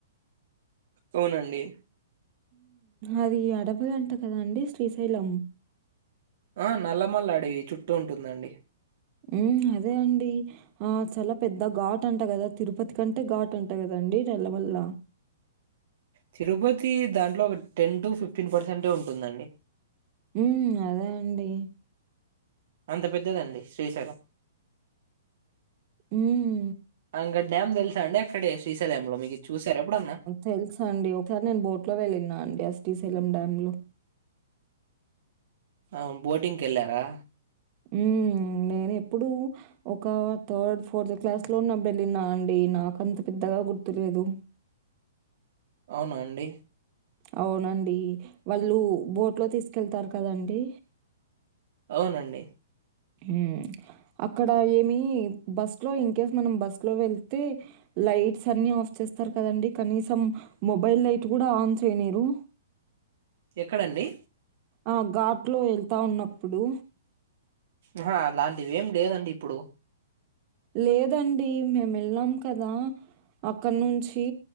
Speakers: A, on the right (about 60°); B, on the right (about 40°).
A: అవునండి.
B: అది అడవులంట కదా అండి శ్రీశైలం.
A: ఆ నల్ల మల్ల అడివి చుట్టూ ఉంటుందండి.
B: ఉ అదే అండి. ఆ చాలా పెద్ద ఘాట్ అంట కదా తిరుపతి కంటే ఘాట్ అంటా కదండి నల్ల మల్ల.
A: తిరుపతి దాంట్లో ఒక టెన్ టు ఫిఫ్టీన్ పర్సెంటె ఉంటుందండి.
B: ఉమ్ అదే అండి.
A: అంత పెద్దదండి శ్రీశైలం.
B: మ్మ్
A: అకా డ్యామ్ తెలుసా అండి అక్కడే శ్రీశైలంలో మీకు చూసార ఎప్పుడన్నా.
B: తెలుసు అండి ఒకసారి నేను బోట్ లో వెళ్ళిన అండి ఆ శ్రీశైలం డ్యాంలో.
A: ఆ బోటింగ్ కి వెళ్ళారా.
B: ఉ నేను ఎప్పుడూ. ఒక థర్డ్ ఫోర్త్ క్లాస్ లో ఉన్నప్పుడు వెళ్ళినా అండి నాకంత పెద్దగా గుర్తులేదు.
A: అవునా అండి.
B: అవునండి వాళ్ళు బోట్ లో తీసుకెళ్తారు కదండి.
A: అవునండి.
B: ఉమ్ అక్కడ ఏమి బస్ లో ఇన్కేస్ మనం బస్ లో వెళ్తే. లైట్స్ అన్ని ఆఫ్ చేస్తారు కదండి కనీసం మొబైల్ లైట్ కూడా ఆన్ చేయనీరు.
A: ఎక్కడండి.
B: ఆ ఘాట్లో వెళ్తా ఉన్నప్పుడు.
A: ఆహ అలాంటిది ఏం లేదండి ఇప్పుడు.
B: లేదండి మేము వెళ్ళం కదా అక్కడ నుంచి.